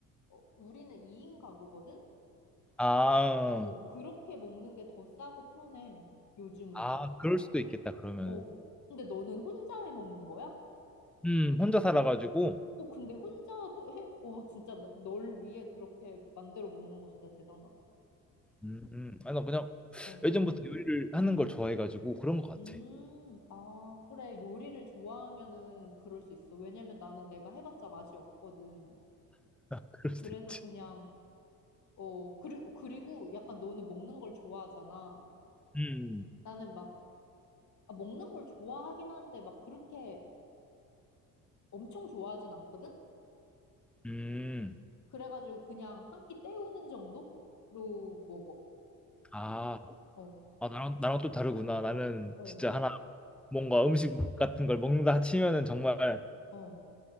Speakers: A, on the left; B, in the centre.
A: 어, 우리는 2인 가구거든?
B: 아
A: 어, 그렇게 먹는 게 더 싸고 편해, 요즘은.
B: 아 그럴 수도 있겠다 그러면은
A: 어. 근데 너는 혼자 해 먹는 거야?
B: 음 혼자 살아가지고
A: 어, 근데 혼자 해, 와, 진짜 나- 널 위해 그렇게 만들어 먹는 거 진짜 대단하다.
B: 음, 음. 아나 그냥
A: 어.
B: 예전부터 요리를 하는 걸 좋아해가지고 그런 것 같아
A: 음,
B: <laughs>
A: 아, 그래. 요리를 좋아하면은 그럴 수 있어. 왜냐면 나는 내가 해봤자 맛이 없거든.
B: 그럴
A: 그래서
B: 수도 있지
A: 그냥, 어, 그리고, 그리고 약간 너는 먹는 걸 좋아하잖아.
B: 음
A: 나는 막, 아, 먹는 걸 좋아하긴 하는데 막 그렇게 엄청 좋아하진 않거든?
B: 음.
A: 그래가지고 그냥 한 끼 때우는 정도로 먹어.
B: 아
A: 어,
B: 아, 나랑, 나랑 또 다르구나. 나는
A: 어,
B: 진짜 하나 뭔가 음식 같은 걸 먹는다 치면은 정말
A: 어,